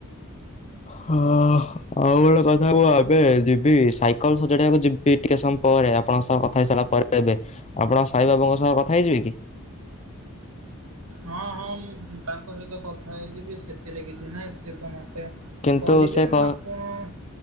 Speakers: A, on the left; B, on the right.
A: ହ ଅ। ହଉ ଗୋଟେ କଥା କୁହ ଏବେ ଯିବି ସାଇକଲ ସଜାଡିବାକୁ ଯିବି ଟିକେ ସମୟ ପରେ ଆପଣଙ୍କ ସହ କଥା ହେଇସାରିଲା ପରେ। ତବେ ଆପଣ ସାଇ ବାବୁଙ୍କ ସହ କଥା ହେଇଯିବେ କି।
B: ହଁ ହଁ ମୁଁ ତାଙ୍କ ସହିତ କଥା ହେଇଯିବି ସେଥିରେ କିଛି ନାହିଁ ସିଏ ତ ମତେ।
A: କିନ୍ତୁ
B: କରିବେ
A: ସେ କ
B: ମୁ ଆପଣ